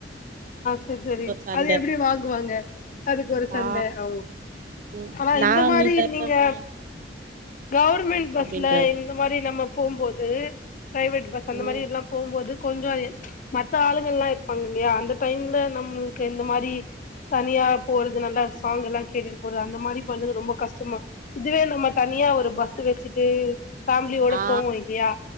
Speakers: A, on the left; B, on the right.
A: சரி சரி
B: சண்ட
A: அது எப்டி வாங்குவோ ங்க அதுக்கு ஒரு சண்ட
B: ஆ
A: ஆம்
B: ம்
A: ஆனா
B: நா
A: இந்த மாரி
B: நீ தரதா
A: நீங்க
B: நா
A: கவர்மெண்ட் பஸ்ல
B: அப்டின்றாரு
A: இந்த மாரி நம்ம போம்போது பிரைவேட் பஸ் அந்த மாரி
B: ம்
A: எல்லா போம்போது கொஞ்ச அ மத்த ஆளுங்கல்லா இருப்பாங்க இல்லையா அந்த டைம்ல நம்மளுக்கு இந்த மாரி தனியா போறது நல்லா சாங்கெல்லா கேட்டுட்டு போறது அந்த மாரி பண்றது ரொம்ப கஷ்டமா இதுவே நம்ம தனியா ஒரு பஸ் வச்சுட்டு ஃபேமிலியோட
B: ஆ
A: போவோ இல்லையா